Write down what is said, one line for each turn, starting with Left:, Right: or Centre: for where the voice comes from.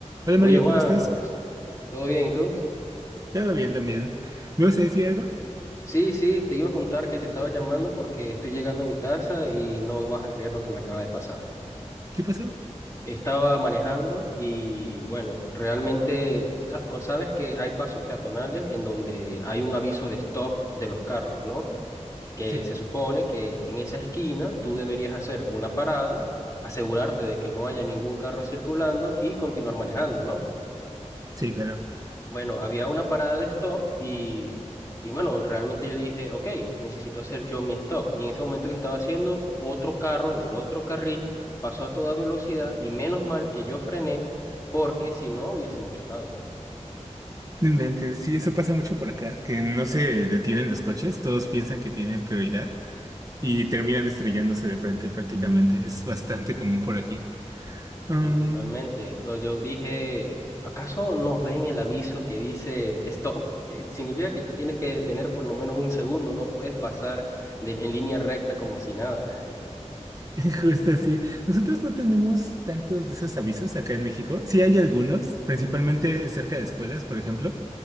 Right: Hola
Left: Oye
Right: Mario,
Left: Juan,
Right: ¿cómo estás?
Left: ¿todo bien? ¿Y tú?
Right: Todo bien también. ¿Me vas a decir algo?
Left: Sí, sí, te iba a contar que te estaba llamando porque estoy llegando a mi casa y no vas a creer lo que me acaba de pasar.
Right: ¿Qué pasó?
Left: Estaba manejando y bueno, realmente sa- co- sabes que hay pasos peatonales en donde hay un aviso de stop de los carros, ¿no? Que
Right: Sí,
Left: se supone que en esa esquina tú deberías hacer una parada, asegurarte de que no haya ningún carro circulando y continuar manejando, ¿no?
Right: sí, claro.
Left: Bueno, había una parada de stop y, y bueno, realmente yo dije, ok, necesito hacer yo mi stop. Y en ese momento que estaba haciendo, otro carro del otro carril pasó a toda velocidad y menos mal que yo frené porque si no hubiésemos chocado.
Right: No inventes, sí, eso pasa mucho por acá, que no se detienen los coches, todos piensan que tienen prioridad y terminan estrellándose de frente prácticamente. Es bastante común por aquí. Am,
Left: Sí, totalmente. O Yo dije, ¿acaso no ven el aviso que dice stop? Eh, significa que te tienes que detener por lo menos un segundo, no puedes pasar de- en línea recta como si nada.
Right: <laughs> justo así. Nosotros no tenemos tantos de esos avisos acá en México. Sí hay algunos, principalmente cerca de escuelas, por ejemplo,